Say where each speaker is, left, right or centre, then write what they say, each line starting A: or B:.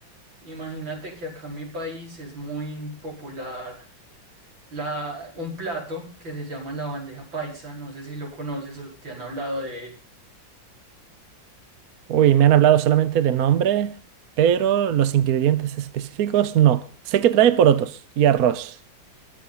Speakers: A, on the right (about 85°); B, on the right (about 60°).
A: imagínate que acá en mi país es muy popular la, un plato que se llama la bandeja paisa, no sé si lo conoces o te han hablado de él.
B: Uy, me han hablado solamente de nombre, pero los ingredientes específicos no. Sé que trae porotos y arroz